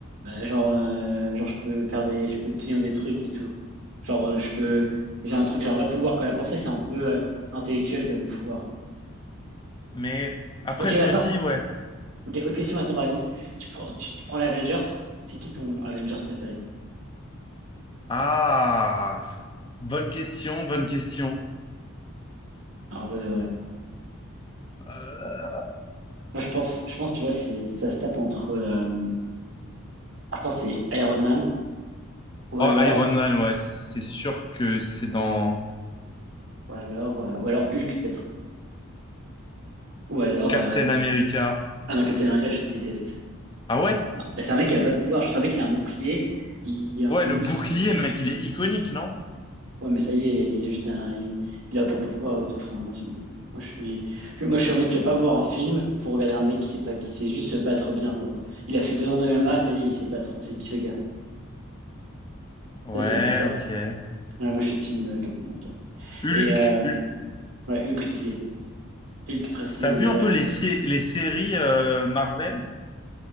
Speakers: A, on the right; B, on the left.
A: genre, euh, genre, je peux faire des... Je peux tenir des trucs et tout. Genre, euh, je peux... J'ai un truc, j'ai un vrai pouvoir, quand la pensée, c'est un peu euh, intellectuel comme pouvoir.
B: Mais après,
A: Ok,
B: je
A: bah,
B: me
A: attends.
B: dis, ouais,
A: Ok, autre question maintenant, par exemple. Tu prends, tu, tu prends les Avengers. C'est qui ton Avengers préféré?
B: ah, bonne question, bonne question.
A: En vrai de vrai.
B: Euh,
A: Moi, je pense, je pense, tu vois, c'est, ça se tape entre, euh, je pense, que c'est Iron Man, ou
B: Oh,
A: alors,
B: Iron Man, ouais, c'est sûr que c'est dans
A: ou alors, euh, ou alors Hulk, peut-être. Ou alors,
B: Captain
A: euh,
B: America.
A: ah non, Captain America, je déteste.
B: Ah ouais?
A: Bah, c'est un mec qui a pas de pouvoir. Je sais, un mec qui a un bouclier, il a un
B: Ouais,
A: peu de
B: le
A: muscle,
B: bouclier,
A: et
B: mec, il est iconique, non?
A: Ouais, mais ça y est, il est juste un, il, il a aucun pouvoir et tout. Enfin, non, c'est nul. Moi, je suis, je- moi, je suis en mode, tu vas pas voir un film pour regarder un mec qui sait pas, qui sait juste se battre bien, quoi. Il a fait deux ans de MMA, ça y est, il sait battre. C'est qui ce gars?
B: Ouais,
A: Ça, c'est bizarre.
B: ok.
A: Ouais, moi, je suis team euh, Captain America.
B: Hulk,
A: Et, euh,
B: Hulk.
A: ouais, Hulk est stylé. Hulk est très stylé,
B: T'as
A: mais,
B: vu un
A: euh,
B: peu les, sé- les séries euh, Marvel?